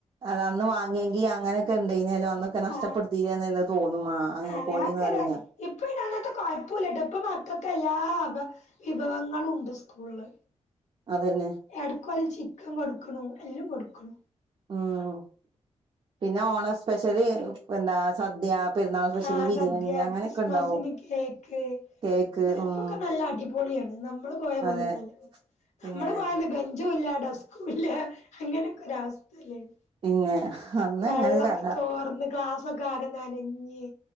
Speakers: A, on the right; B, on the left.
A: അത് അന്ന് വാങ്ങിയെങ്കിൽ അങ്ങനൊക്കെ ഇണ്ടെനിയല്ലോ അന്ന് ഒക്കെ നഷ്ടപ്പെടുത്തിയിലേന്നേന്ന്
B: ആ
A: തോന്നുമ്മ മാങ്ങികൊണ്ടി
B: അതെ ആക്കരാ
A: അറിയംഞാൻ
B: ഇപ്പൊ ഇനി അങ്ങൻ ത്ത കുഴപ്പൂല്ലട്ടോ ഇപ്പ മക്കക്ക് എല്ലാ അഭ വിഭവങ്ങളും ഉണ്ട് സ്കൂള്ള്
A: അതന്നെ
B: എടക്ക് ഓല് ചിക്കൻ കൊടുക്ക്ണു എല്ലും കൊടുക്ക്ണു
A: ഉം പിന്നെ ഓണം സ്പെഷ്യല് എന്താ സദ്യ പെരുന്നാൾ സ്പെഷ്യല്
B: ആ
A: ബിരിയാണി
B: സദ്യ
A: അങ്ങനെയൊക്കെ
B: ക്രിസ്മസിന്
A: ഇണ്ടാവും
B: കേക്ക്
A: കേക്ക്
B: അങ്ങനെ
A: ഉം
B: എപ്പൊക്കെ നല്ല അടിപൊളിയാണ് നമ്മള് പോയ
A: അതെ
B: പോലെ ന്നല്ല
A: പിന്നെ
B: നമ്മള് പോയന്ന് ബേ ഞ്ചും ഇല്ല ഡസ്കും ഇല്ല അങ്ങനൊക്കെ ഒര അവസ്ഥല്ലേനി
A: പിന്നെ അന്ന്
B: വെള്ളൊക്കെ
A: അങ്ങനെ ഒരു കഥ
B: ചോർന്ന് ക്ലാസ് പ്പൊ ആകെ നനഞ്ഞ്